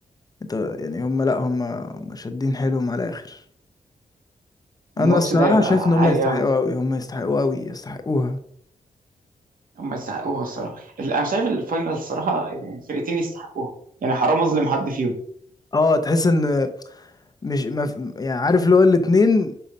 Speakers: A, on the left (about 25°); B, on the right (about 80°).
A: انت يعني هم لا هم هم شادين حيلهم على الاخر انا
B: الماتش
A: الصراحه
B: ده هيبقى
A: شايف ان هم
B: عالي
A: يستحقوا
B: قوي
A: قوي هم يستحقوا قوي يستحقوها
B: هم يستحقوها الصراحه ال- انا شايف الفاينل الصراحه يعني الفرقتين يستحقوها يعني حرام اظلم حد فيهم
A: اه تحس ان مش ما في- يعني عارف اللي هو الاتنين